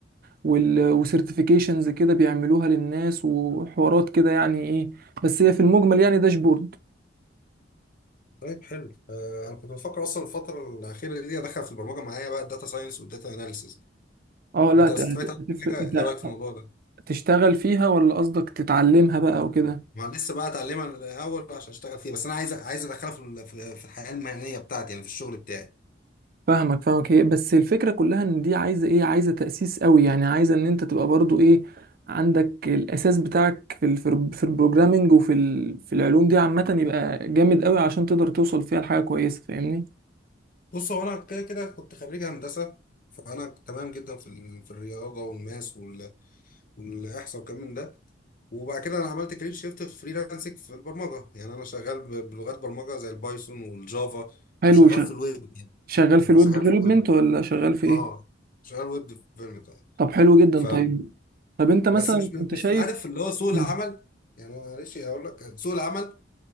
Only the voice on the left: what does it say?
طيب حلو آه انا كنت بفكر اصلا الفتره الاخيره دي ادخل في البرمجه معايا بقى الداتا ساينس والداتا اناليسيز
انت
سمعت عن
حاجه
ايه رايك في الموضوع ده
ما أنا لسه بقى اتعلمها الاول عشان اشتغل فيها بس انا عايز عايز ادخلها في ال- في في الحياه المهنيه بتاعتي يعني في الشغل بتاعي
بص هو انا كده كده كنت خريج هندسه فانا تمام جدا في ال- في الرياضه والماس وال- والاحصاء والكلام من ده وبعد كده انا عملت كارير شيفت في فريلانسنج في البرمجه يعني انا شغال ب- بلغات برمجه زي البايثون والجافا
وشغال في الويب يعني
يعني
انا شغال
في الويب
اه شغال ويب ديفلوبمنت اه
ف
بس مش مش
عارف اللي هو سوق
العمل يعني معلش اقول لك سوق العمل